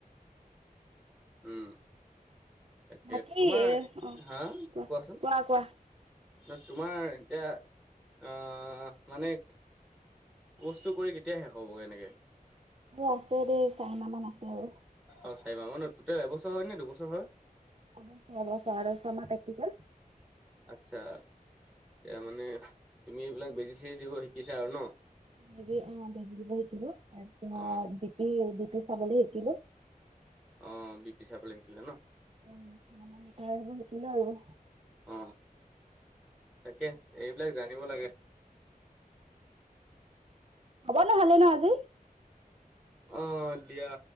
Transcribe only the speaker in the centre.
উম। তাকে
তোমাৰ
হা
কোৱাচোন
ন, তোমাৰ এতিয়া আহ মানে কৰ্চটো কৰি কেতিয়া শেষ হ'বগৈ এনেকে?
অ, চাৰিমাহ মান, টোটেল এবছৰ হয় নে দুবছৰ হয়?
আচ্ছা। এতিয়া মানে তুমি এইবিলাক বেজি-চেজি দিব শিকিছা আৰু ন।
অ
অ, বি পি চাবলে শিকিলা ন?
অ, তাকে। এইবিলাক জানিব লাগে।
অ, দিয়া।